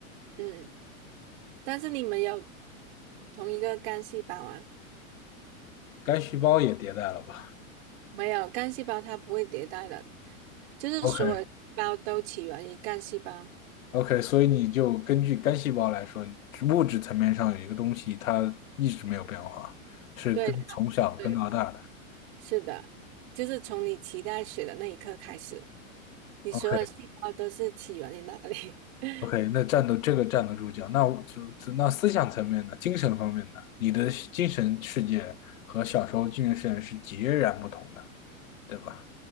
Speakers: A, on the right; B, on the left.
A: 嗯，但是你们有同一个干细胞啊？
B: 该细胞也迭代了吧
A: 没有，干细胞它不会迭代的，就是所有细胞都起源于干细胞。
B: ？OK，OK，所以你就根据干细胞来说，物质层面上有一个东西，它一直没有变化，是跟从小跟到大的。
A: 对，它对，是的，就是从你脐带血的那一刻开始，你所有细胞都是起源于那里。
B: OK
A: <laughs>
B: OK，那站得这个站得住脚。那我那思想层面呢？精神方面呢？你的精神世界和小时候精神世界是截然不同的，对吧？